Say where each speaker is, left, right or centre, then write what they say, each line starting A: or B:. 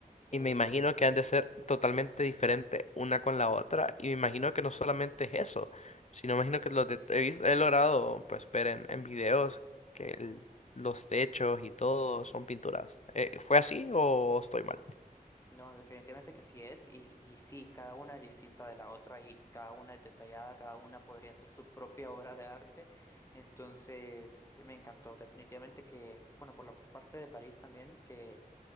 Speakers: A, on the left; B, on the left.
A: Eh,
B: Y me imagino que han de ser totalmente diferentes una con la otra. Y me imagino que no solamente es eso, sino me imagino que los de- he, vis- he logrado pues ver en, en videos que el- los techos y todo son pinturas. Eh, ¿fue así o estoy mal?
A: no, definitivamente que así es y, y sí, cada una es distinta de la otra y cada una es detallada, cada una podría ser su propia <laughs> obra de arte. Entonces, me encantó, definitivamente que, bueno, por la parte de París también, que...